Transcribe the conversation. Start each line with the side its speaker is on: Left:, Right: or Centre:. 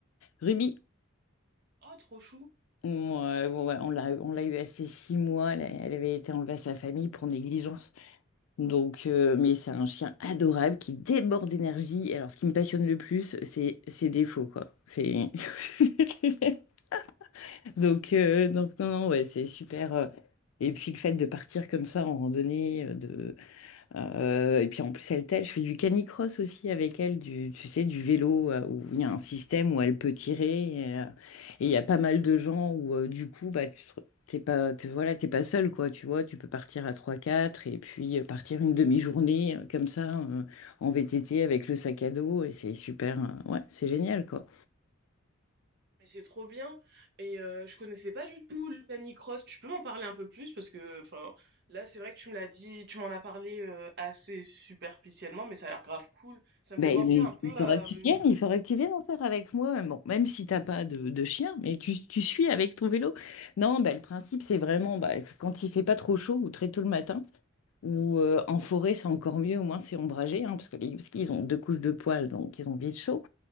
Left: Ruby,
Right: Oh, trop chou.
Left: moi, euh, bon, ouais, on l'a on l'a eu assez six mois. Elle, a- elle avait été enlevée à sa famille pour négligence. Donc, euh, mais c'est un chien adorable qui déborde d'énergie. Et Alors, ce qui me passionne le plus, c'est ses défauts quoi. C'est <laughs> Donc, euh, donc non, non, ouais, c'est super. euh, Et puis le fait de partir comme ça en randonnée, euh, de, euh, et puis en plus elle t'aide. Je fais du canicross aussi avec elle, du, tu sais, du vélo euh, où il y a un système où elle peut tirer. Et euh, et il y a pas mal de gens où euh, du coup, bah, tu te- t'es pas, t'es- voilà, t'es pas seul, quoi. Tu vois, tu peux partir à trois, quatre et puis euh, partir une demi-journée euh, comme ça euh, en VTT avec le sac à dos. Et c'est super. euh, ouais, c'est génial, quoi.
Right: Mais c'est trop bien. Et euh, je connaissais pas du tout le Canicross. Tu peux m'en parler un peu plus parce que, enfin, là, c'est vrai que tu me l'as dit, tu m'en as parlé euh, assez superficiellement, mais ça a l'air grave cool. Ça me
Left: Ben,
Right: fait penser
Left: mais
Right: un peu,
Left: il faudra
Right: euh,
Left: que tu viennes, il faudra que tu viennes en faire avec moi. Bon, même si t'as pas de, de chien, mais tu, tu suis avec ton vélo. Non, ben, le principe, c'est vraiment ben, quand il fait pas trop chaud ou très tôt le matin, ou euh, en forêt, c'est encore mieux, au moins c'est ombragé, hein, parce que les huskies, ils ont deux couches de poils, donc ils ont vite chaud.